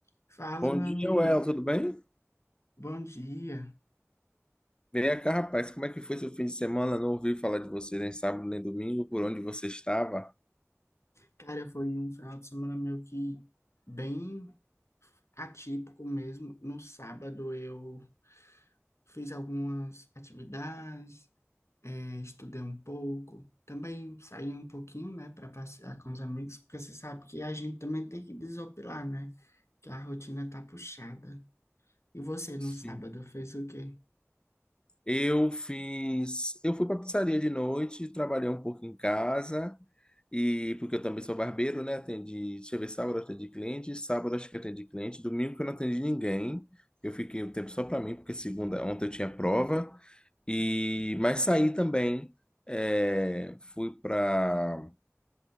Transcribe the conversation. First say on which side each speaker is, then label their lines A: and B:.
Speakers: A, on the left (about 65°); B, on the left (about 20°).
A: Fala,
B: Bom
A: meu
B: dia,
A: amigo,
B: Well, tudo bem?
A: bom dia.
B: Vem cá, rapaz, como é que foi seu fim de semana? Não ouvi falar de você nem sábado nem domingo, por onde você estava?
A: Cara, foi um final de semana meio que bem atípico mesmo. No sábado eu fiz algumas atividades, eh, estudei um pouco, também saí um pouquinho, né, para passear com os amigos, porque você sabe que a gente também tem que desopilar, né? Que a rotina tá puxada. E você no
B: Sim.
A: sábado fez o quê?
B: Eu fiz. Eu fui para pizzaria de noite, trabalhei um pouco em casa, e porque eu também sou barbeiro, né? Atendi. Deixa eu ver, sábado eu atendi cliente, sábado acho que atendi cliente, domingo que eu não atendi ninguém. Eu fiquei um tempo só para mim, porque segunda, ontem eu tinha prova. E mas saí também. é, fui para